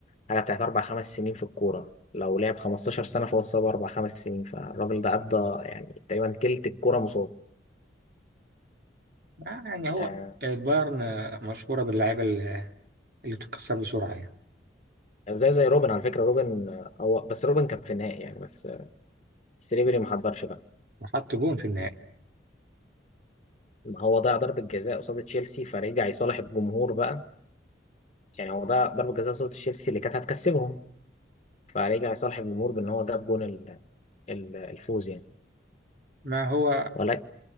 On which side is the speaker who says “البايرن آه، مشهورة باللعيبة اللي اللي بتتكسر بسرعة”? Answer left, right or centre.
Right